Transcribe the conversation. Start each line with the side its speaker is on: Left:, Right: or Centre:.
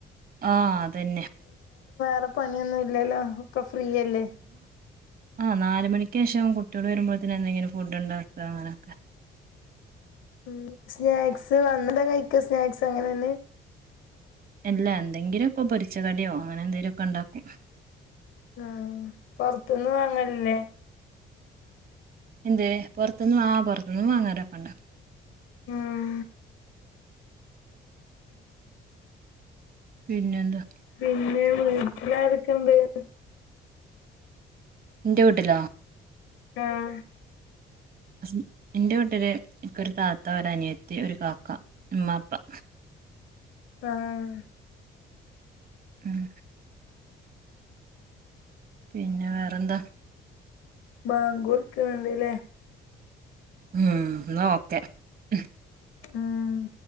Right: ആഹ് അതന്നെ
Left: അപ്പൊ പണിഒന്നും ഇല്ലല്ലോ ഒക്കെ ഫ്രീയല്ലേ
Right: ആഹ് നാല് മണിക്ക്ഷാവും കുട്ട്യോള് വരുമ്പോഴത്തിന് എന്തെങ്കിലും ഫുഡ്ണ്ടാക അങ്ങനെ
Left: മ്മ് സ്നാക്സ് വന്നിട കഴിക്ക സ്നാക്സ് അങ്ങനന്നെ
Right: ഇല്ല എന്തെങ്കിലുക്കെ പൊരിച്ച കടിയോ അങ്ങനെ എന്തെങ്കിലുഓക്കെ ഒണ്ടാക്കും
Left: ആഹ് പൊറത്ത്ന്ന് വാങ്ങലില്ലേ
Right: എന്തേ പുറത്തുന്നു ആഹ് വാങ്ങാരൊക്കെണ്ട്
Left: ഉം
Right: പിന്നെന്താ
Left: പിന്നെ വീട്ടിലാരൊക്കെണ്ട് വേറെ
Right: എന്റെ വീട്ടിലോ
Left: ആഹ്
Right: ഹസ് എന്റെ വീട്ടില് ഇനിക്ക് ഒരു താത്ത, ഒരു അനിയത്തി, ഒരു കാക്ക, ഉമ്മാ, ഉപ്പാ.
Left: ആഹ്
Right: ഉം പിന്നെ വേറെന്താ
Left: ബാങ്കോട്ക്ണണ്ട്ലേ
Right: ഉം എന്നാ ഓകെ ഉം
Left: ആഹ്